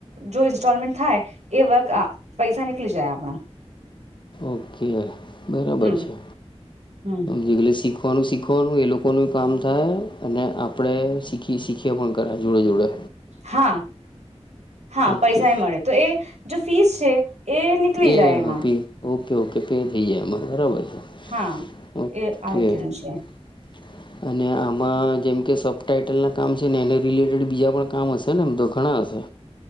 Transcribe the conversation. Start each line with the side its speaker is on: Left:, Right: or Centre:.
Right: જો ઇન્સ્ટોલમેન્ટ થાય એ વર્ પૈસા નીકળી જાય આપણા
Left: ઓકે બરાબર
Right: હમ
Left: છે
Right: હમ
Left: જેગલે શીખવાનું શીખવાનું એ લોકોનું કામ થાય અને આપણે શીખી શીખીએ પણ કરાય છે જુડે જુડે
Right: હા હા
Left: ઓકે
Right: પૈસા એ મળે તો એ જો ફીસ છે એ નીકળી
Left: એ
Right: જાય એમાં
Left: હ પી ઓકે ઓકે પે થઈ જાય એમાં બરાબર છે
Right: હા
Left: ઓકે
Right: એ આ રીતેનું છે
Left: <inaudible> અને આમાં જેમ કે સબ ટાાઈટલનાં કામ છે ને એને રિલેટેડ બીજા પણ કામ હશે ને આમ તો ઘણાં હશે